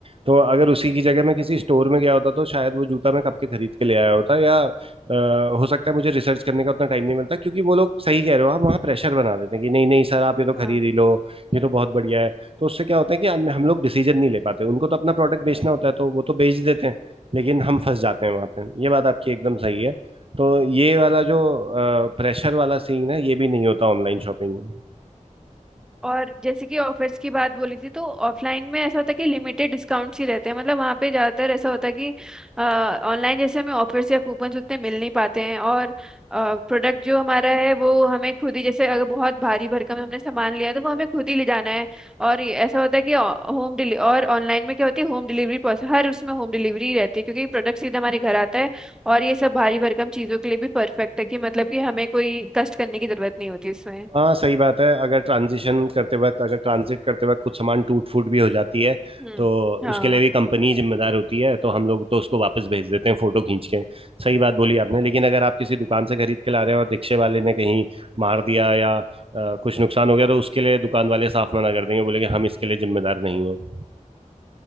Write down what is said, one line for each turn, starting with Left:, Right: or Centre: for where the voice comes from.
Right: तो अगर उसी की जगह मैं किसी स्टोर में गया होता तो शायद वो जूता मैं कब के खरीद के ले आया होता या अ, हो सकता है मुझे रिसर्च करने का उतना टाइम नहीं मिलता क्योंकि वो लोग सही कह रहे हो आप वहाँ प्रेशर बना देते हैं कि नहीं नहीं सर आप ये तो खरीद
Centre: हाँ
Right: ही लो ये तो बहुत बढ़िया है तो उससे क्या होता है कि हम हम लोग डिसीजन नहीं ले पाते उनको तो अपना प्रोडक्ट बेचना होता है तो वो तो बेच देते हैं लेकिन हम फंस जाते हैं वहां पे ये बात आपकी एकदम सही है तो ये वाला जो प्रेशर वाला सीन है ये भी नहीं होता ऑनलाइन शॉपिंग में
Centre: और जैसे कि ऑफर्स की बात बोली थी तो ऑफलाइन में ऐसा होता है कि लिमिटेड डिस्काउंट्स ही रहते हैं मतलब वहाँ पे ज़्यादातर ऐसा होता है कि ऑनलाइन जैसे हमें ऑफर्स या कूपन्स उतने मिल नहीं पाते हैं और प्रोडक्ट जो हमारा है वो हमें खुद ही जैसे अगर बहुत भारी भरकम हमने सामान लिया है, तो वो हमें खुद ही ले जाना है और ये ऐसा होता है कि होम डिली और ऑनलाइन में क्या होती है होम डिलीवरी पॉसिबल हर उसमें होम डिलीवरी रहती है क्योंकि प्रोडक्ट सीधा हमारे घर आता है और ये सब भारी भरकम चीज़ों के लिए भी परफेक्ट है कि मतलब कि हमें कोई कष्ट करने की ज़रूरत नहीं होती इसमें
Right: हाँ सही बात है अगर ट्रांजिशन करते वक्त अगर ट्रांजिट करते वक्त कुछ सामान टूट फूट भी हो जाती है
Centre: हम्म
Right: तो
Centre: हाँ
Right: उसके लिए भी कंपनी जिम्मेदार होती है तो हम लोग तो उसको वापस भेज देते हैं फोटो खींच के सही बात बोली आपने लेकिन अगर आप किसी दुकान से खरीद के ला रहे हो और रिक्शे वाले ने कहीं मार दिया या अ, कुछ नुकसान हो गया तो उसके लिए दुकान वाले साफ मना कर देंगे बोलेंगे हम इसके लिए जिम्मेदार नहीं है